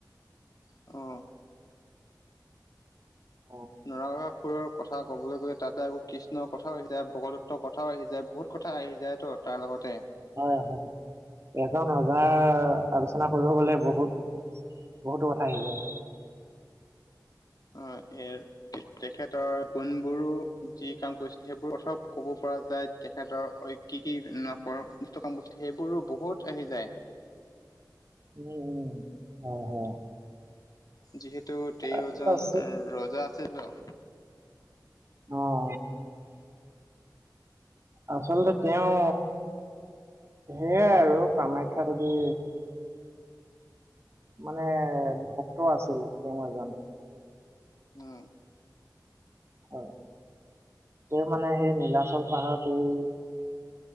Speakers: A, on the left; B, on the right.
A: অ
B: অ',
A: নৰাকাসুৰৰ কথা ক'বলৈ গ'লে, তাতে আকৌ কৃষ্ণৰ কথাও আহি যায়, ভগদত্তৰ কথাও আহি যায় বহুত কথা আহি যায় তো তাৰ লগতে
B: অ', হয়, এজন ৰজাৰ আলোচনা কৰিব গলে বহুত বহুতো কথা আহি যায়।
A: হয়, এ তেখেতৰ গুণবোৰো যি কাম কৰিছিল সেইবোৰ কথাও ক'ব পৰা যায়। তেখেতৰ অই কি কি নকৰ <unintelligible> সেইবোৰো বহুত আহি যায়।
B: উম, উম, হয়, হয়,
A: যিহেতু তেওঁ
B: আৰু
A: এজন
B: আছে
A: ৰজা আছিল ন'
B: অ', আচলতে তেওঁ সেয়াই আৰু কামাখ্যা দেৱী মানে ভক্ত আছিল তেওঁ এজন।
A: উম,
B: হয়, তেওঁ মানে সেই নীলাচল পাহাৰত এই